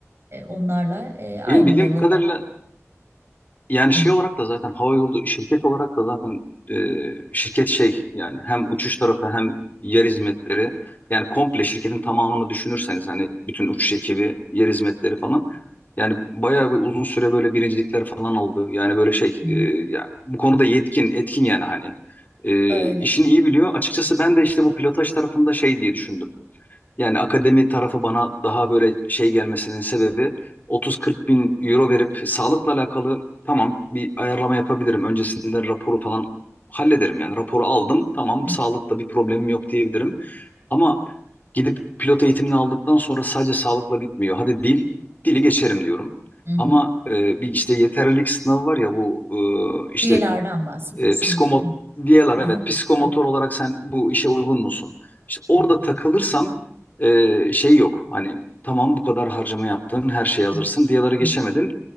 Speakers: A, on the right (about 50°); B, on the left (about 35°).
A: E, onlarla e, aynı
B: Benim bildiğim
A: level'da
B: kadarıyla Yani
A: Hı,
B: şey olarak da zaten hava yolu şirket olarak da zaten e, şirket şey yani hem uçuş tarafı hem yer hizmetleri yani komple şirketin tamamını düşünürseniz hani bütün uçuş ekibi yer hizmetleri falan yani bayağı bir uzun süre böyle birincilikler falan aldı. Yani böyle şey
A: hı.
B: e, yani bu konuda yetkin etkin yani hani e,
A: öyle
B: işini iyi biliyor. Açıkçası ben de işte bu pilotaj tarafında şey diye düşündüm. Yani akademi tarafı bana daha böyle şey gelmesinin sebebi 30-40 bin euro verip sağlıkla alakalı tamam bir ayarlama yapabilirim. Öncesinde raporu falan hallederim yani raporu aldım tamam
A: Hı,
B: sağlıkta bir problemim yok diyebilirim. Ama gidip pilot eğitimini aldıktan sonra sadece sağlıkla bitmiyor. Hadi dil, dili geçerim diyorum.
A: hı, hı,
B: Ama
A: hı.
B: e, bir işte yeterlilik sınavı var ya bu e, işte
A: diyelerden bahsediyorsun
B: e, psikomo
A: gittim
B: diyorlar
A: Aha,
B: evet psikomotor
A: aha.
B: olarak sen bu işe uygun musun? İşte orada
A: Hı, hı,
B: takılırsam e, şey yok. Hani tamam bu kadar harcama yaptın, her şeye hazırsın.
A: hı,
B: Diyaları geçemedin.
A: hı,